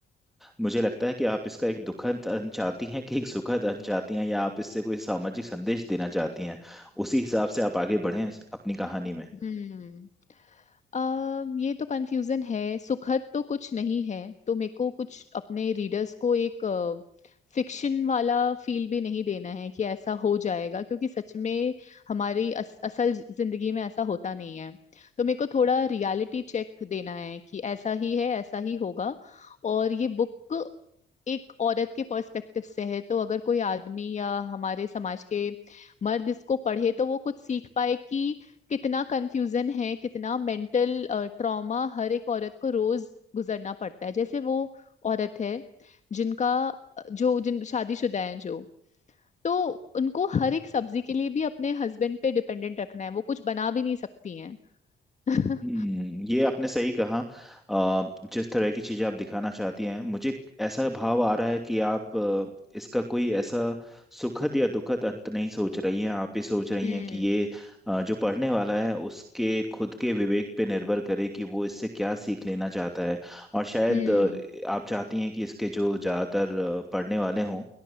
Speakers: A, in the centre; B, on the left.
A: मुझे लगता है कि आप इसका एक दुखद अंत चाहती हैं कि एक सुखद अंत चाहती हैं या आप इससे कोई सामाजिक संदेश देना चाहती हैं उसी हिसाब से आप आगे बढ़ें अपनी कहानी में
B: हम्म अम, ये तो कंफ्यूजन है सुखद तो कुछ नहीं है तो मेरे को कुछ अपने रीडर्स को एक फिक्शन वाला फील भी नहीं देना है कि ऐसा हो जाएगा क्योंकि सच में हमारी अस, असल जिंदगी में ऐसा होता नहीं है तो मेरे को थोड़ा रियलिटी चेक देना है कि ऐसा ही है ऐसा ही होगा और ये बुक एक औरत के पर्सपेक्टिव से है तो अगर कोई आदमी या हमारे समाज के मर्द इसको पढ़े तो वो कुछ सीख पाए कि कितना कंफ्यूजन है कितना मेंटल ट्रॉमा हर एक औरत को रोज गुजरना पड़ता है जैसे वो औरत है जिनका अ, जो जिन शादीशुदा हैं जो तो उनको हर एक सब्जी के लिए भी अपने हस्बैंड पे डिपेंडेंट रखना है वो कुछ बना भी नहीं सकती हैं <laughs>
A: हम्म, ये आपने सही कहा अ, जिस तरह की चीजें आप दिखाना चाहती हैं मुझे एक ऐसा भाव आ रहा है कि आप अ, इसका कोई ऐसा सुखद या दुखद अंत नहीं सोच रही हैं आप ये सोच रही
B: हम्म
A: हैं कि ये अ, जो पढ़ने वाला है उसके खुद के विवेक पे निर्भर करे कि वो इससे क्या सीख लेना चाहता है और शायद
B: हम्म
A: अ, आप चाहती हैं कि इसके जो ज्यादातर अ, पढ़ने वाले हों